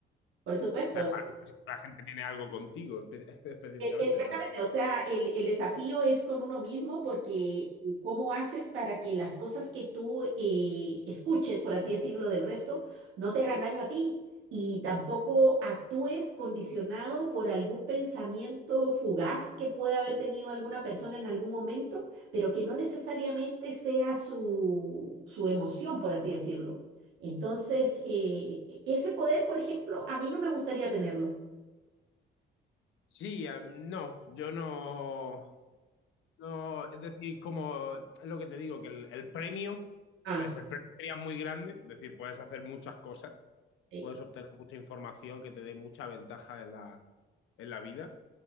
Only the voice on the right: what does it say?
por supuesto.
E- Exactamente,
o sea, el, el desafío es con uno mismo porque eh, cómo haces para que las cosas que tú eh, escuches, por así decirlo, del resto, no te hagan daño a ti y tampoco actúes condicionado por algún pensamiento fugaz que puede haber tenido alguna persona en algún momento, pero que no necesariamente sea su, su emoción, por así decirlo. Entonces, eh, e- ese poder, por ejemplo, a mí no me gustaría tenerlo.
Ah,
sí.